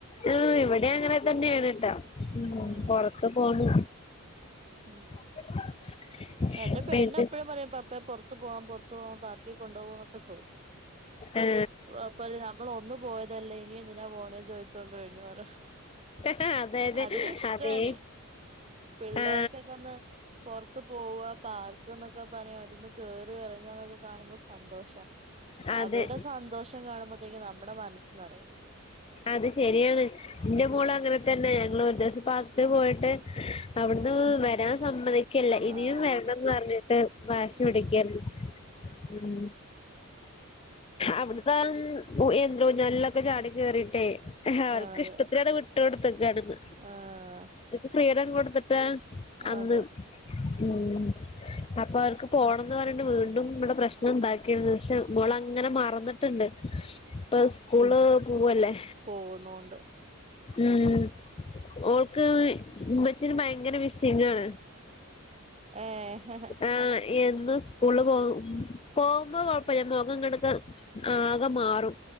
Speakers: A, on the left; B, on the right.
A: ആഹ് ഇവിടെ അങ്ങനെ തന്നെയാണെട്ടാ
B: ഉം
A: പൊറത്ത് പോണ്
B: ഉം
A: <unintelligible>
B: എന്റെ പണ്ണ്
A: പിന്നെ
B: എപ്പഴും പറയും പപ്പേ പുറത്ത് പോവാം പുറത്ത് പോവാം പാർക്കി കൊണ്ട് പൊകുവൊക്കെ ചോദിക്കും
A: ആ
B: അപ്പപറിയും നമ്മള് ഒന്നു പോയതല്ലേ ഇനി എന്തിനാ പോ ണെന്ന് ചോദിച്ചോണ്ട് ഒഴിഞ്ഞ് മാറും
A: ആ അതെ അതെ
B: അതിന് ഇഷ്ടാണ്
A: അതെ
B: പിള്ളേർക്കൊക്കെ
A: ആ
B: ഒന്ന് പൊറത്ത് പോവ പാർക്ക് എന്നൊക്കെ പറയാ അവരൊന്ന് കേറി എറങ്ങാ എന്നൊക്കെ കാണുമ്പോ സന്തോഷാ
A: അതെ
B: അവരുടെ സന്തോഷം കാണുമ്പോത്തേക്കും നമ്മുടെ മനസ്സന്നിറയും
A: അത് ശരിയാണ് ഇന്റെ മോള്
B: ഉം
A: അങ്ങനെ തന്നെ ഞങ്ങള് ഒരു ദിവസം പാർകില് പോയിട്ട് അവിടുന്ന് വരാൻ സമ്മതി കില്ല ഇനിയും
B: ആഹ്
A: വരണംന്ന് പറഞ്ഞിട്ട് വാശി
B: ആഹ്
A: പിടിക്കേരുന്നു ഉം അവിടത്തെ യന്ത്രോഞ്ഞാലിലൊക്കെ ചാടി കേറീട്ടേ ആൾക്ക്
B: ആഹ് അതെ
A: ഇഷ്ടത്തിലത് വിട്ടു കൊടുത്തെക്കാണന്ന്
B: ആഹ്
A: ഫ്രീഡം കൊടുത്തിട്ട് അന്ന്
B: അതെ
A: ഉം അപ്പ അൾക്ക് പോണം ന്ന് പറഞ്ഞട്ട് വീണ്ടും ഇവിടെ പ്രശ്നം ഉണ്ടാക്കിരുന്നു പക്ഷെ ഓള് അങ്ങനെ മറന്നിട്ടുണ്ട് ഇപ്പ സ്കൂള് പൊവല്ലേ
B: പോകുന്നൊണ്ട്
A: ഉം ഓൾക്ക് ഉമ്മച്ചിനെ ഭയങ്കര മിസിംഗാണ്
B: ഏഹ്
A: ആഹ് എന്നും സ്കൂള് പോ പോകുമ്പോ കൊഴപ്പൊല്ല മുഖം <unintelligible> ആകെ മാറും